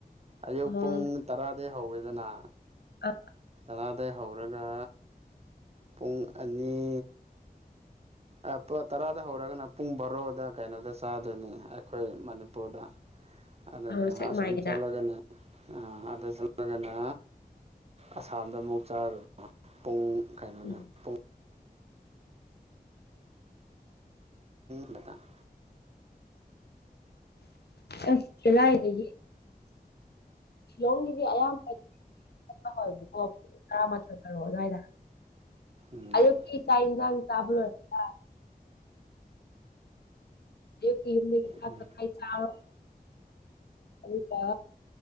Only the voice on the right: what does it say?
ꯑꯌꯨꯛ
ꯄꯨꯡ ꯇꯔꯥ ꯑꯗꯩꯩ ꯍꯧꯢꯗꯅ
ꯇꯥꯔꯗꯒꯤ ꯍꯧꯔꯒ ꯄꯨꯡ ꯑꯅꯤ ꯑ ꯇꯔꯥꯗ ꯍꯧꯔꯒꯅ ꯄꯨꯡ ꯕꯥꯔꯣꯗ ꯀꯩꯅꯣꯗ ꯆꯥꯗꯣꯏꯅꯤ ꯑꯩꯈꯣꯏ ꯃꯅꯤꯄꯨꯔꯗ ꯑꯗꯒ
ꯁꯣꯝꯆꯠꯂꯒꯅ ꯑ ꯑꯗ ꯆꯂꯒꯅꯦ ꯑꯁꯥꯝꯗ ꯑꯃꯨꯛ ꯆꯥꯔꯨꯕ ꯄꯨꯡ ꯀꯩꯅꯣꯗ
ꯄꯨꯡ ꯎꯝꯇ <inaudible>
ꯎꯝ
ꯎꯝ